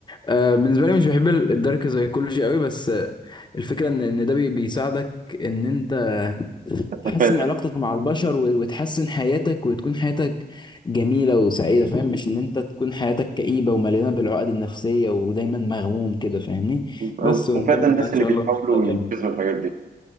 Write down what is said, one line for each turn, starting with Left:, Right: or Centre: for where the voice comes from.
Left: آه، بالنسبه لي مش بحب ال- الدارك سايكولوجي قوي بس آه، الفكره ان ان ده بي- بيساعدك ان انت
Right: تتفادى
Left: تحسن علاقتك مع البشر و- وتحسن حياتك وتكون حياتك جميله وسعيده فاهم مش ان انت تكون حياتك كئيبه ومليانه بالعقد النفسيه ودايما مغموم كده فاهمني
Right: أو
Left: بس
Right: تتفادى
Left: ونكمل
Right: الناس
Left: بقى ان شاء
Right: اللي بيحاولوا
Left: الله في لقاء تاني
Right: ينفذوا الحاجات دي